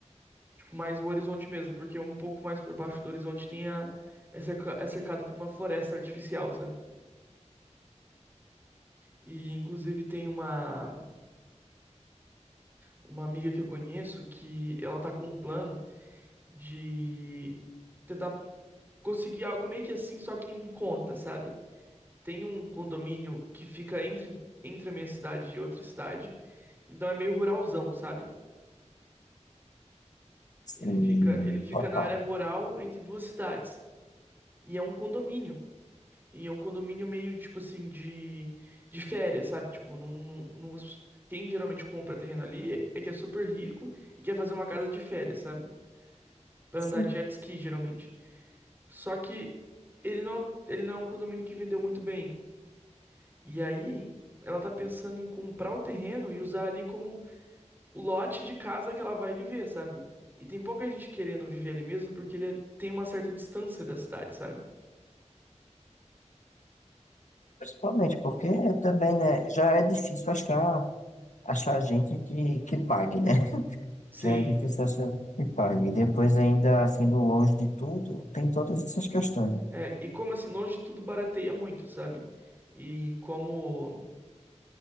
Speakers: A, on the right; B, on the left.
A: Tipo, mais o horizonte mesmo, porque um pouco mais pra baixo do horizonte tem a, é cerca- é cercado por uma floresta artificial, sabe? E inclusive tem uma uma amiga que eu conheço que ela tá com um plano de tentar conseguir algo meio que assim, só que em conta, sabe? tem um condomínio que fica entre, entre a minha cidade e outra cidade. Então é meio ruralzão, sabe?
B: Sim,
A: Ele fica, ele fica
B: total.
A: na área rural entre duas cidades. E é um condomínio. E é um condomínio meio, tipo assim, de, de férias, sabe? Tipo, não não não quem geralmente compra terreno ali é que é super rico e quer fazer uma casa de férias, sabe? Pra
B: Sim,
A: andar de jet ski, geralmente. Só que ele não, ele não é um condomínio que vendeu muito bem. E aí, ela tá pensando em comprar o terreno e usar ali como o lote de casa que ela vai viver, sabe? E tem pouca gente querendo viver ali mesmo porque ele é- tem uma certa distância da cidade, sabe?
B: principalmente porque também, né, já é difícil achar achar gente que, que pague, né? <laughs>
A: Sim.
B: Já é difícil achar gente que pague. E depois, ainda sendo longe de tudo, tem todas essas questões. né?
A: É, e como assim, longe de tudo barateia muito, sabe? E como